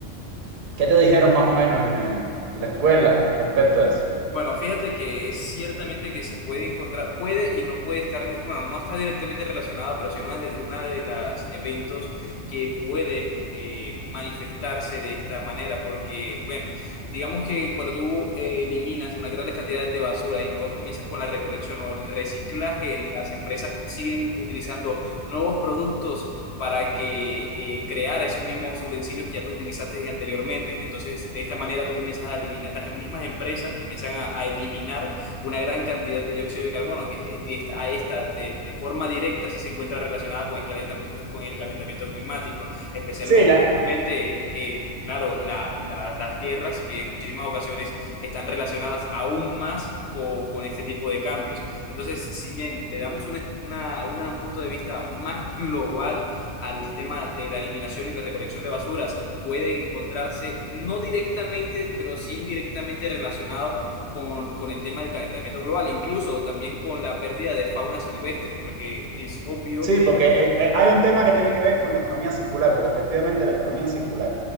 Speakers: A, on the right; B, on the left.
A: ¿Qué te dijeron más o menos en, eh, en la escuela respecto a eso?
B: Bueno, fíjate que es ciertamente que se puede encontrar, puede y no puede estar, de- bueno, no está directamente relacionada, pero sí una de, una de las eventos que puede eh, manifestarse de esta manera, porque, bueno, digamos que cuando tú eh, eliminas una gran cantidad de basura y no comienzas con la recolección o el reciclaje, las empresas siguen utilizando nuevos productos para que eh, creara esos mismos utensilios que ya tú utilizaste anteriormente. Entonces, de esta manera tú comienzas a eliminar, las mismas empresas comienzan a, a eliminar una gran cantidad de dióxido de carbono que eh, de esta, a esta de, de, forma directa sí se encuentra relacionada con el calentamiento, con el calentamiento climático, especialmente,
A: Sí, la,
B: obviamente, eh, claro, la, la, las guerras que en muchísimas ocasiones están relacionadas aún más con, este tipo de cambios. Entonces, si bien le damos una, una, una, un punto de vista más global al tema de la eliminación y la recolección de basuras puede encontrarse no directamente, pero sí indirectamente relacionado con, con, el tema del calentamiento global, incluso también con la pérdida de fauna silvestre, porque es obvio
A: sí,
B: que...
A: porque eh, eh, hay un tema que tiene que ver con la economía circular, porque efectivamente la economía circular